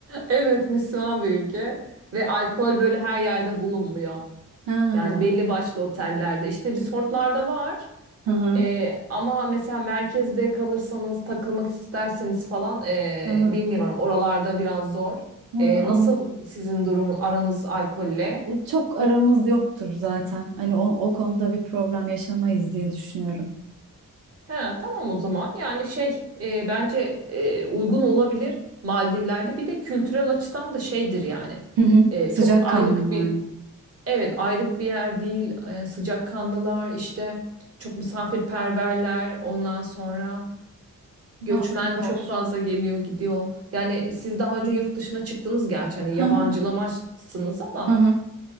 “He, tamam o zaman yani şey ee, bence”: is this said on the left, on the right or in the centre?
Right